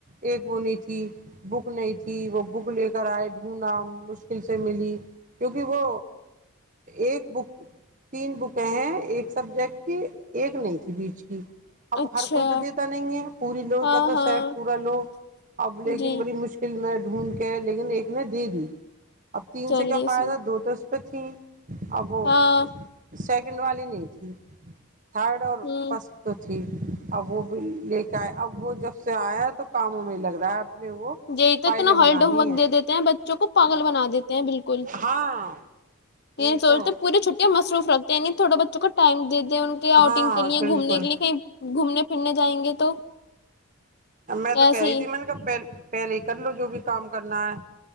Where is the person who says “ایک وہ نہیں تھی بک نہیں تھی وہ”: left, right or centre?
Right